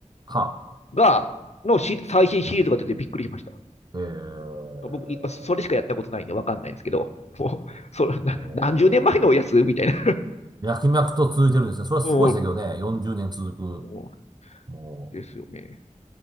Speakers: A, on the right; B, on the left.
A: は、
B: が、のし最新シリーズが出てびっくりしました。
A: えー、
B: 僕、いそれしかやったことないんでわかんないんですけど、もう、それな何十年前のやつみたいな。
A: もう、脈々と続いてるんですね。それはすごいですね、
B: うん
A: けどね。40年続く。
B: うん
A: も
B: ですよね。